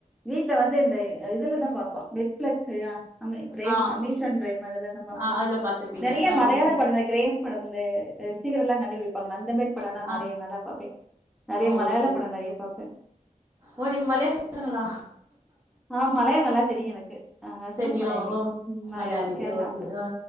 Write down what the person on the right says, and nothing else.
ஆ
ஆ அதுல பாத்துப்பீங்க
ஆ
ஓகே
ஆ
ஓ
சரி
ஓ நீங்க மலையங்களா
தெரியு
ஓ
மலையாளி
ஓகே ஆ